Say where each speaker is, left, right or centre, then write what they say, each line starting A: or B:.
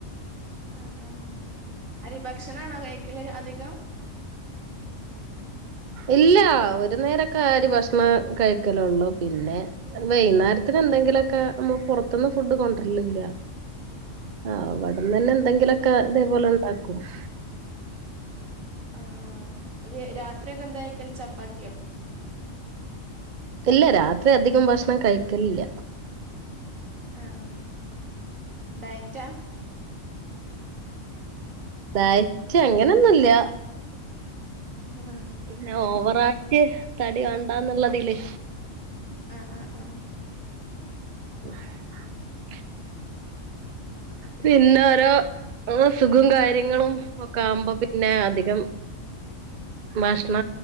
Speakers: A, on the right (about 80°); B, on the right (about 50°).
A: ആ ആ അ അരി ഭക്ഷണ ആണോ കഴിക്കല് അധികം
B: ഇല്ല ഒരു നേരൊക്കെ ആരി ഭക്ഷണം കഴിക്കലള്ളു പിന്നെ വൈന്നേരത്തിന് എന്തെങ്കിലൊക്കെ മ്മ പുറത്തന്ന് ഫുഡ് കൊണ്ടരലില്ല ആഹ് അവടുന്ന ന്നെ എന്തെങ്കിലുക്കെ ഇതേപോലെ നടക്കും <inaudible>
A: ആഹ ആഹ രാത്രിയക്കെ എന്താ കഴിക്കല് ചപ്പാത്തിയോ
B: ഇല്ല രാത്രി അധികം ഭക്ഷണം കഴിക്കില്ല
A: ആഹ ഡയറ്റാ
B: ഡയറ്റ് അങ്ങനെയൊന്നുംല്ല
A: ആഹ്
B: പിന്നെ ഓവറ തടി വേണ്ടാന്നുള്ളതില്ലേ
A: ആ ആ ആ
B: ഉ <inaudible> പിന്നെ ഓരോസുഖം കാര്യങ്ങളും ഒക്കെ ആകുമ്പോ പിന്നെ അധികം ഭക്ഷണ